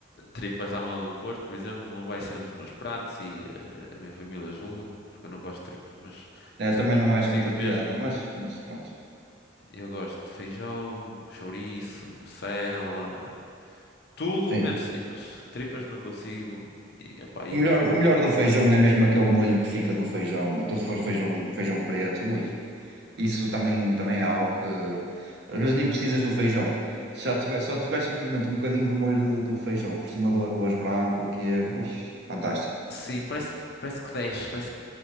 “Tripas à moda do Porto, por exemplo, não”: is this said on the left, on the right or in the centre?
Left